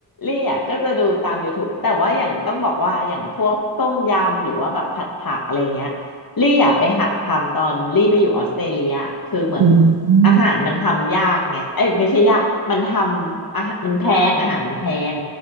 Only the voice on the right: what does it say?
อืม